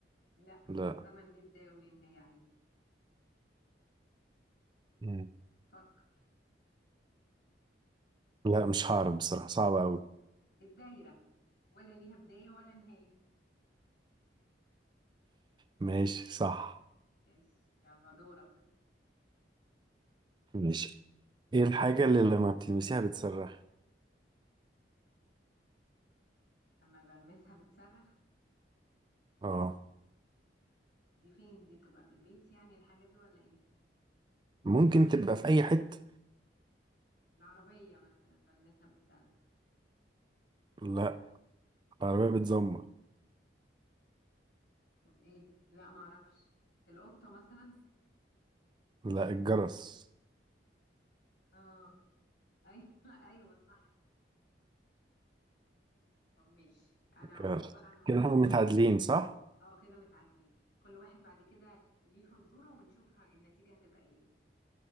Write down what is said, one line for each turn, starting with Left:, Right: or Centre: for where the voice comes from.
Left: لا
Right: لا
Left: ما الزمن ليه بداية وليه نهاية عادي
Right: مم.
Left: فكر
Right: لا مش هعرف بصراحة صعبة أوي
Left: الدايرة ولا ليها بداية ولا نهاية
Right: ماشي صح
Left: بس يلا دورك
Right: ماشي ايه الحاجة اللي لما بتلمسيها بتصرخ
Left: لما بلمسها بتصرخ
Right: اه
Left: دي فين دي تبقى في البيت يعني الحاجة دي ولا ايه
Right: ممكن تبقى في أي حتة
Left: العربية مثلا بلمسها بتصرخ
Right: لا العربية
Left: او ما
Right: بتزمر
Left: طب ايه لا ما اعرفش القطة مثلا
Right: لا الجرس
Left: اه ايوه <laughs> ايوه صح طب ماشي انا
Right: الجرس.
Left: هقول لك بقى
Right: كده احنا متعادلين صح؟
Left: اه كده متعادلين كل واحد بعد كده ليه فزورة ونشوف ه- النتيجة هتبقى ايه